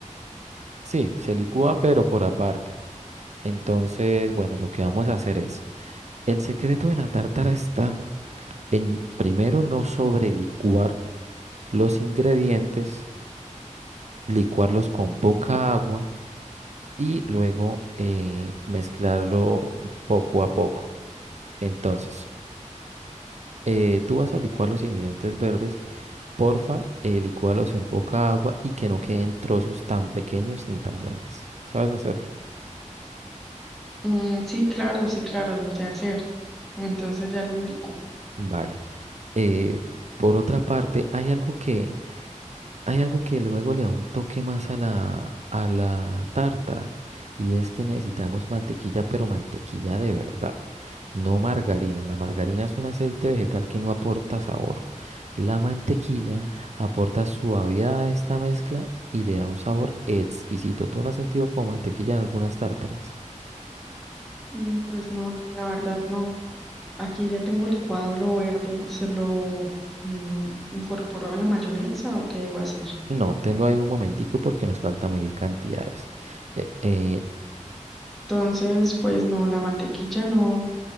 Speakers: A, on the right; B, in the centre.
A: Sí, se licúa, pero por aparte. Entonces, bueno, lo que vamos a hacer es... El secreto de la tártara está en primero no sobrelicuar los ingredientes, licuarlos con poca agua y luego eh, mezclarlo poco a poco. Entonces, eh, tú vas a licuar los ingredientes verdes, porfa, eh, licúalos en poca agua y que no queden trozos tan pequeños ni tan grandes. ¿Sabes hacerlo?
B: Mm, sí, claro, sí, claro, lo sé hacer. Entonces ya lo licúo.
A: Vale. Eh, por otra parte, hay algo que Hay algo que luego le da un toque más a la, a la tártara y es que necesitamos mantequilla, pero mantequilla de verdad, no margarina. La margarina es un aceite vegetal que no aporta sabor. La mantequilla aporta suavidad a esta mezcla y le da un sabor exquisito. ¿Tú no has sentido como mantequilla en algunas tártaras?
B: Mm, pues no, la verdad no. Aquí ya tengo licuado lo verde. ¿Se lo eh, incorporo a la mayonesa o qué debo hacer?
A: Nótenlo ahí un momentico porque nos falta medir cantidades. Eh, eh,
B: Entonces, pues no, la mantequilla no,